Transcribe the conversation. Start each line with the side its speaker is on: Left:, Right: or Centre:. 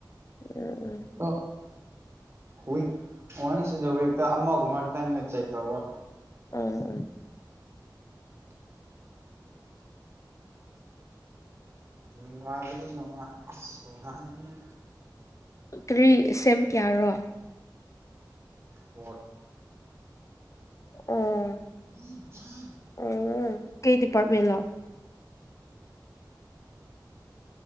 Left: ꯑꯡ ꯑꯡ꯫
Right: ꯅꯣ ꯋꯤꯛ ꯋꯥꯟꯁ ꯗ ꯋꯤꯛꯇ ꯑꯃꯒꯨꯝ ꯈꯤꯇ ꯆꯦꯛ ꯇꯧꯕ꯫
Left: ꯑꯝ ꯑꯝ꯫
Right: ꯅꯨꯡꯉꯥꯏꯕꯗꯤ ꯅꯨꯡꯉꯥꯏ ꯑꯁ ꯑꯣꯖꯥꯁꯤꯡꯒꯤ
Left: ꯀꯔꯤ ꯁꯦꯝ ꯀꯦꯌꯥꯔꯣ꯫
Right: ꯐ꯭ꯔꯣꯠ꯫
Left: ꯑꯣ꯫
Right: ꯨ꯭ <unintelligible>
Left: ꯎꯝ ꯀꯩ ꯗꯤꯄꯥꯔꯠꯃꯦꯟꯂꯣ